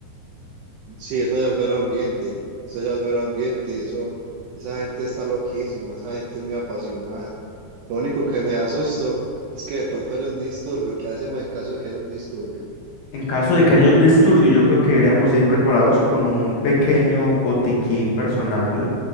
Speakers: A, on the right; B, on the left.
A: Sí, eso ya es mero ambiente, eso ya es mero ambiente y eso, esa gente está loquísima, esa gente es muy apasionada. Lo único que me da susto es que de pronto haya un disturbio, ¿qué hacemos en caso de que haya un disturbio?
B: En caso de que haya un disturbio, yo creo que deberíamos ir preparados con un pequeño botiquín personal.